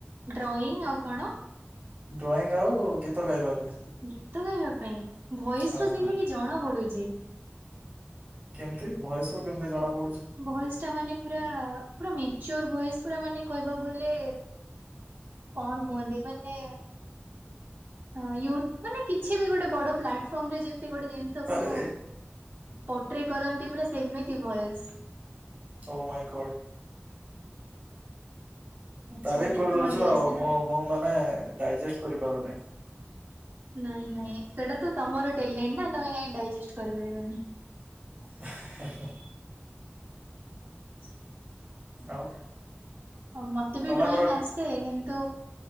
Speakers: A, on the right (about 65°); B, on the right (about 40°).
A: ଡ୍ରଇଂ ଆଉ କଣ?
B: ଡ୍ରଇଂ ଆଉ ଗୀତ ଗାଇବା। କହିଲି
A: ଗୀତ ଗାଇବା ପାଇଁ ଭଏସରୁ
B: ହଁ
A: ସେଇଲାଗି
B: ହଁ।
A: ଜଣା ପଡ଼ୁଚି।
B: କେମତି ଭଏସରୁ କେମିତି ଜଣା ପଡୁଛି?
A: ଭଏସଟା ମାନେ ପୁରା ପୁରା ମେଚର୍ ଭଏସ୍ ପୁରା ମାନେ କହିବାକୁ ଗଲେ କଣ କୁହନ୍ତି ମାନେ ହଁ ୟୁ ମାନେ କିଛିବି ଗୋଟେ ବଡ଼ ପ୍ଲାଟଫର୍ମରେ ଯେମତି ଗୋଟେ ଜିନି ଷକୁ
B: ଆରେ
A: ପୋଟ୍ରି କରନ୍ତି ପୁରା ସେମିତି ଭଏସ୍।
B: ଓ ମାଇ ଗଡ୍।
A: ଆଚ୍ଛା
B: ତାରିଫ୍
A: ଗୀତ
B: କରିଦଉଛ
A: ବୋଲି
B: ଆଉ
A: ଆସେ
B: ମୁଁ
A: ନା।
B: ମୁଁ ମାନେ ଡାଇଜେଷ୍ଟ କରିପାରୁନି।
A: ନାଇଁ ନାଇଁ ସେଟାତ ତମର ଟେଲେଣ୍ଟନା ତମେ କାହିଁକି ଡାଇଜେଷ୍ଟ କରିପାରିବନି।
B: <unintelligible>
A: <inaudible>
B: ଆଉ।
A: ହଁ ମୋତେବି
B: ତମେ
A: ଡ୍ରଇଂ
B: ପରା
A: ଆସେ ସେ କିନ୍ତୁ